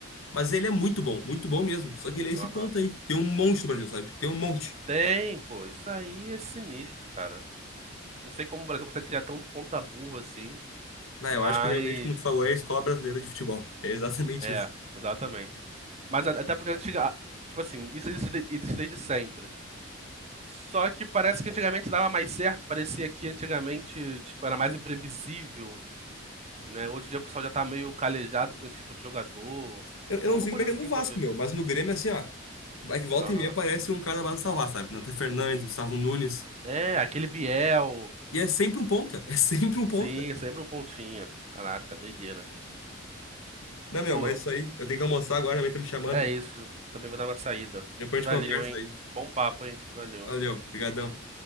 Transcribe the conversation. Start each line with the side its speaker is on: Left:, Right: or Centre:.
Left: Mas ele é muito bom, muito bom mesmo. Só que ele é esse
Right: aham.
Left: ponto aí. Tem um monte no Brasil, sabe? Tem um monte.
Right: Tem, pô, isso aí é sinistro, cara. Não sei como o Brasil consegue criar tanto ponta burra assim,
Left: Não,
Right: mas.
Left: eu acho que realmente, como tu falou, é a escola brasileira de futebol. É exatamente
Right: É,
Left: isso.
Right: exatamente. Mas a- até porque antes. Tipo assim, isso existe, de- existe desde sempre. Só que parece que antigamente dava mais certo, parecia que antigamente, tipo, era mais imprevisível, né? Hoje em dia o pessoal já tá meio calejado com esse tipo de jogador.
Left: Eu, eu
Right: Alguma
Left: não sei
Right: coisa
Left: como é que
Right: assim,
Left: é no Vasco,
Right: talvez.
Left: meu, mas no Grêmio, assim, ó. Vai que volta
Right: Aham.
Left: e meia aparece um cara da base salvar, sabe? Nathan Fernandes, Gustavo Nunes.
Right: É, aquele Biel.
Left: E é sempre um ponta. <laughs> É sempre um ponta.
Right: Sim, é sempre um pontinho. Caraca, doideira.
Left: Não, meu,
Right: Pô,
Left: mas isso aí. Eu tenho que almoçar agora, a mãe tá me chamando.
Right: é isso. Também vou dar uma saída.
Left: Depois
Right: Valeu,
Left: a gente conversa
Right: hein?
Left: daí.
Right: Bom papo, hein? Valeu.
Left: Valeu, brigadão.